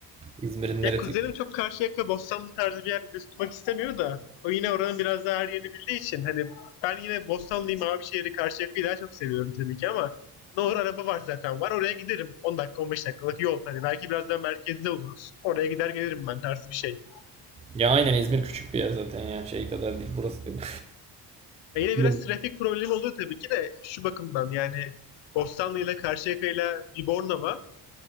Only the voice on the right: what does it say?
İzmir'in neresi?
Ya aynen İzmir küçük bir yer zaten ya. Şey kadar değil. Burası gibi.
<laughs> Buralı.